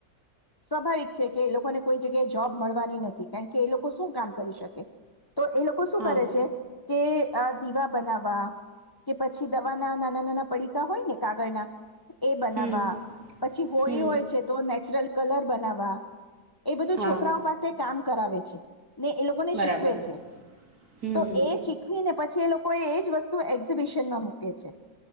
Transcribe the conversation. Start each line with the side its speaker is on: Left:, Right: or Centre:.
Left: સ્વાભાવિક છે કે એ લોકોને કોઈ જગ્યાએ જોબ મળવાની નથી કારણ કે એ લોકો શું કામ કરી શકે. તો એ લોકો શું
Right: હા
Left: કરે છે. કે દીવા બનાવવા કે પછી દવા ના નાના નાના પડી. કા હોય ને કાગળ ના. એ બનાવવા
Right: હમ
Left: પછી હોળી
Right: હમ
Left: હોય છે તો નેચરલ. કલર બનાવા એ બધું
Right: હા
Left: છોકરાઓ પાસે કામ કરાવે છે ને એ લોકોને
Right: બરાબર
Left: શીખવે છે
Right: હમ
Left: તો
Right: હમ
Left: એ શીખવીને પછી એ લોકો એ જ વસ્તુ એક્ઝિબિશનમાં મૂકે છે.